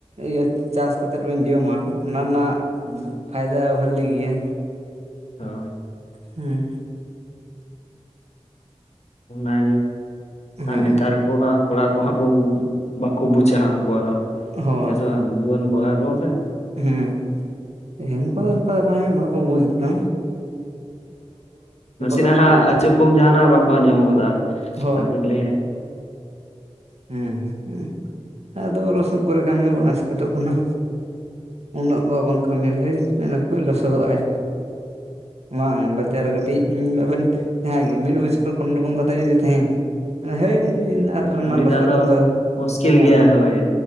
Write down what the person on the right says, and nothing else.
ᱤᱭᱟᱹ ᱪᱟᱥ ᱠᱟᱛᱮᱫ ᱵᱮᱱ ᱡᱚᱢᱟ ᱚᱱᱟ ᱨᱮᱱᱟᱜ
ᱯᱷᱟᱭᱫᱟ ᱵᱷᱟᱞᱤ ᱜᱮᱭᱟ
ᱦᱮᱸ
ᱦᱩᱸ
ᱦᱳᱭ
ᱦᱩᱸ ᱛᱮᱦᱮᱧ ᱜᱟᱯᱟ ᱫᱚ ᱚᱱᱠᱟ ᱚᱠᱚᱭ ᱦᱚ ᱵᱟᱠᱚ ᱵᱩᱡᱽ ᱠᱟᱫᱟ᱾
ᱫᱚ ᱠᱟᱹᱴᱤᱡ
ᱦᱳᱭ
ᱦᱩᱸ ᱟᱫᱚ ᱞᱚᱥᱚᱫ ᱠᱚᱨᱮ ᱠᱟᱹᱢᱤ ᱦᱚᱸᱵᱚᱱ ᱟᱥᱠᱮᱛᱚᱜ ᱠᱟᱱᱟ᱾ ᱩᱱᱟᱹᱜ ᱵᱟᱵᱚᱱ ᱠᱟᱹᱢᱤ ᱦᱚᱭ ᱢᱮᱱᱟᱠᱚ ᱞᱚᱥᱟᱫᱚᱜᱟᱭ᱾ ᱵᱟᱝ ᱵᱟᱡ ᱡᱟᱨ ᱨᱮ ᱠᱟᱹᱴᱤᱡ ᱟᱵᱮᱱ ᱡᱟᱦᱟᱸᱭ ᱜᱮ ᱢᱤᱫ ᱵᱚᱪᱷᱚᱨ ᱠᱚᱱᱳ ᱨᱚᱠᱚᱢ ᱠᱟᱛᱮᱫ ᱡᱩᱫᱤᱭ ᱛᱟᱦᱮᱭᱱᱟ ᱢᱮᱱᱟᱭ ᱦᱟᱹᱭ ᱤᱧ ᱟᱨ ᱚᱱᱟ
ᱞᱚᱥᱚᱫ
ᱨᱮᱫᱚ
ᱵᱟᱹᱧ ᱟᱬᱜᱚᱱᱟ